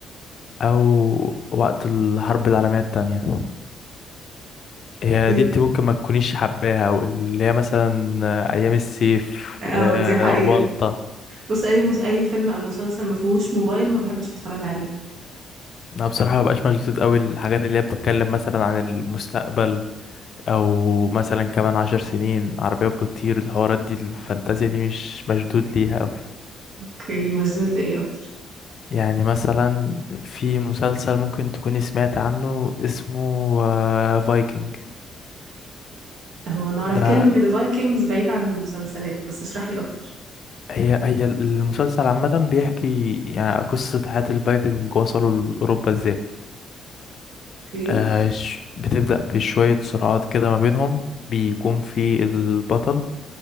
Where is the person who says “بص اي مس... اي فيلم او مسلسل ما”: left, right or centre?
Right